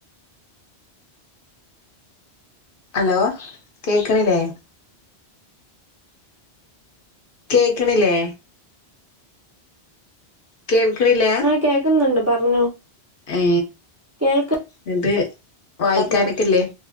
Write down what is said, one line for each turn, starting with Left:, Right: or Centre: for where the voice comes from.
Left: ഹലോ കേക്ക്ണില്ലേ കേക്ക്ണില്ലേ കേക്കിണില്ല
Right: കേക്ക്ന്ന്ണ്ട് പറഞ്ഞോ
Left: ഏ
Right: കേൾക്കുന്നുണ്ട്
Left: ന്നട്ട് വായിക്കാനൊക്കെല്ലേ
Right: പറഞ്ഞോ